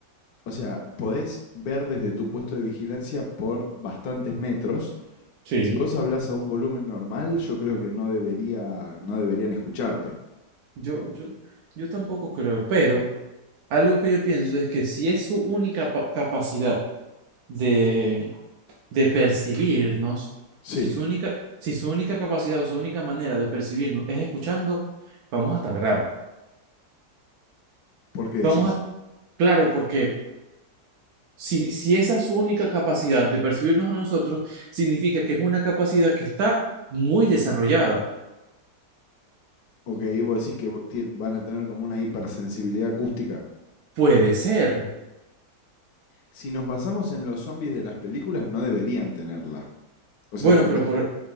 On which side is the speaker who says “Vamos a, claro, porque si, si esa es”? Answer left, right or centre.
Right